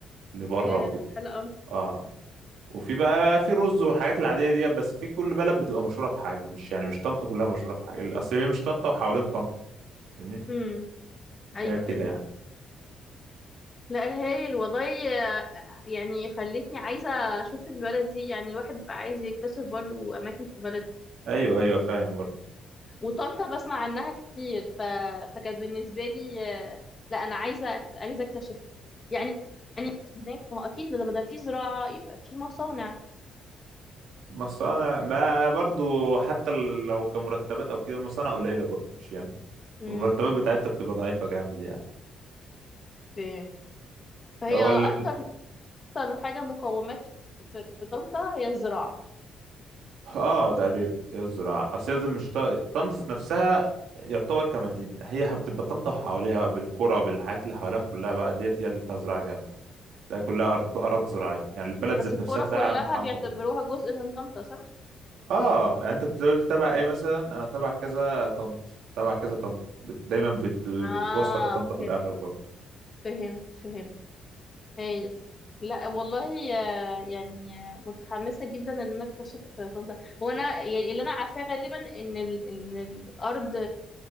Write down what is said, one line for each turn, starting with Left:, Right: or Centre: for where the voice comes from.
Right: لبره
Left: ياه
Right: وكده
Left: طب حلو قوي
Right: اه وفي بقى, بقى في رز والحاجات العاديه دي بس في كل بلد بتبقى مشهوره بحاجه مش يعني مش طنطا كلها مشهوره بحاجه اصل هي مش طنطا وحوالين طنطا فاهمني
Left: مم. ايوه
Right: هي كده
Left: ايوه
Right: يعني
Left: لا هايل والله يعني خلتني عايزة اشوف البلد دي يعني الواحد بقى عايز يكتشف برضو اماكن في بلد
Right: ايوه ايوه فاهم برضه
Left: وطنطا بسمع عنها كتير ف... فكان بالنسبة لي آه، لا أنا عايزة أكت... عايزة أكتشفها يعني يعني هناك ما هو أكيد لما ده في زراعة يبقى في مصانع
Right: مصانع ما برضه حتى لو كمرتبات او كده مصانع قليله برضه مش ياما
Left: مم.
Right: والمرتبات بتاعتها بتبقى ضعيفه جامد يعني
Left: ف- فهي
Right: هو
Left: أكتر
Right: ال...
Left: أكتر حاجة مقومات في, في طنطا هي الزراعة
Right: اه تقريبا هي الزراعة اصل هي زي مش ط- طنطا ذات نفسها يعتبر كمدينة هي بتبقى طنطا وحواليها
Left: مم.
Right: بقى بالقرى بالحاجات اللي حواليها كلها بقى ديت هي اللي فيها زراعة جامد تلاقي كلها أرض أرض زراعية يعني البلد
Left: بس
Right: ذات
Left: الكورة
Right: نفسها تلاقيها
Left: كلها
Right: متحوطة
Left: بيعتبروها
Right: بال
Left: جزء من طنطا صح؟
Right: اه يعني انت بتقول تبع ايه مثلا انا تبع كذا طنط تبع كذا طنط بت... دايما بت... بتوصل
Left: آه
Right: لطنطا
Left: فهمت
Right: في الاخر برضه
Left: فهمت فهمت هايل لا والله يا- يعني متحمسة جدا ان انا اكتشف طنطا هو انا يعني اللي انا عارفاه غالبا ان ال... ان الارض